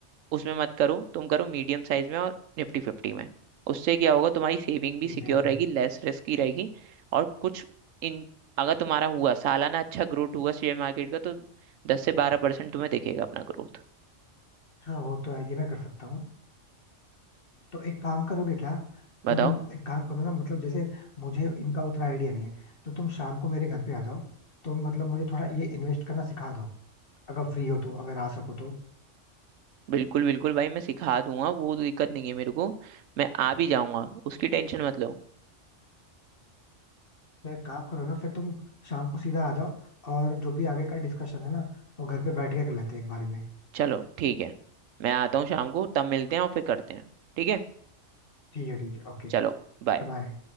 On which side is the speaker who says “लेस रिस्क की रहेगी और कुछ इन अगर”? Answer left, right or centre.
Right